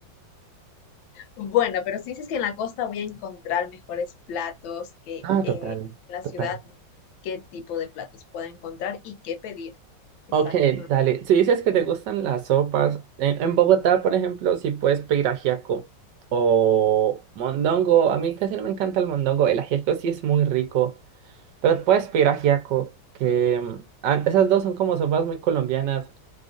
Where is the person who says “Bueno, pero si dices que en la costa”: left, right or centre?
Left